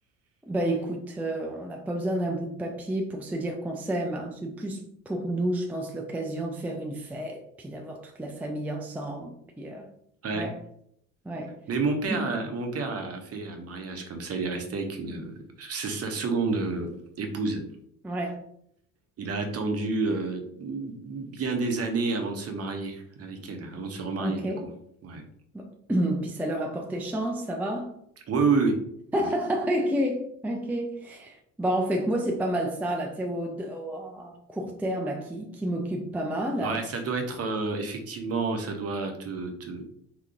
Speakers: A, in the centre; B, on the right.
A: Bah écoute, euh, on n'a pas besoin d'un bout de papier pour se dire qu'on s'aime. hein. C'est plus pour nous, je pense, l'occasion de faire une fête, puis d'avoir toute la famille ensemble. Puis euh,
B: Ouais.
A: ouais, ouais.
B: Mais mon père,
A: Puis
B: euh, mon père a fait un mariage comme ça. Il est resté avec une,
A: mm,
B: c'est sa seconde euh, épouse.
A: ouais,
B: Il a attendu euh, bien des années avant de se marier avec elle, avant de se remarier
A: ok.
B: du coup. Ouais.
A: Bon. <clears throat> Puis ça leur a porté chance, ça va? <laughs>
B: Ouais, Oui, oui, oui. Oui,
A: Ok, ok. Bon, en fait, moi, c'est pas mal ça, là, tu sais, au, au- à court terme, là, qui, qui m'occupe pas mal.
B: Ouais, ça doit être euh, effectivement, ça doit te, te